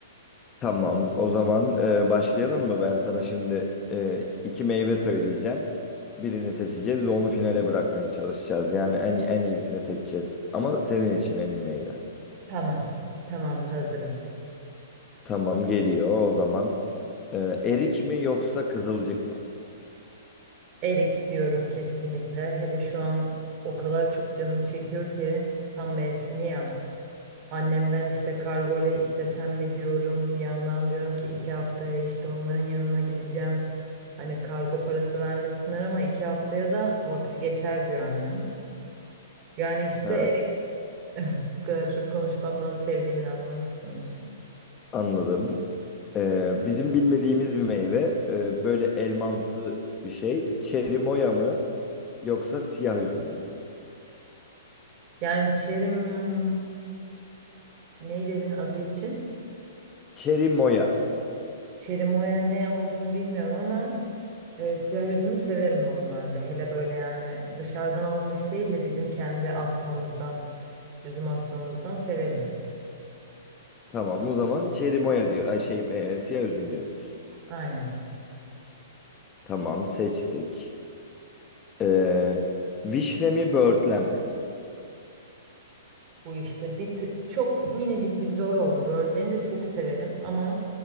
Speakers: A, on the left; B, on the right.
A: Tamam. O zaman e, başlayalım mı? Ben sana şimdi e, iki meyve söyleyeceğim. Birini seçeceğiz ve onu finale bırakmaya çalışacağız. Yani en en iyisini seçeceğiz. Ama senin için en iyi meyve.
B: Tamam. Tamamdır hazırım.
A: Tamam geliyor o zaman. Ee, erik mi yoksa kızılcık mı?
B: Erik diyorum kesinlikle. Hele şu an o kadar çok canım çekiyor ki tam mevsimi ya. Annemden işte kargo ile istesem mi diyorum. Bir yandan diyorum ki iki haftaya işte onların yanına gideceğim. Hani kargo parası vermesinler ama iki haftaya da vakti geçer diyor annem. Yani işte
A: He.
B: Erik bu kadar çok konuşmamdan sevdiğimi anlamışsındır.
A: Anladım. Ee, bizim bilmediğimiz bir meyve. Ee, böyle elmamsı bir şey. Çerimoya mı yoksa siyah üzüm mü?
B: Yani Çerim ne dedin adı için?
A: Çerimoya.
B: Çerimoya ne olduğunu bilmiyorum ama e, siyah üzümü severim normalde. Hele böyle yani dışarıdan alınmış değil de bizim kendi asmamızdan, üzüm asmamızdan severim.
A: Tamam o zaman çerimoya diyor. Ay şey e, siyah üzüm diyoruz.
B: Aynen.
A: Tamam seçtik. Ee, vişne mi böğürtlen mi?
B: Bu işte bir t- çok minicik bir zor oldu. Böğürtlerini de çok severim ama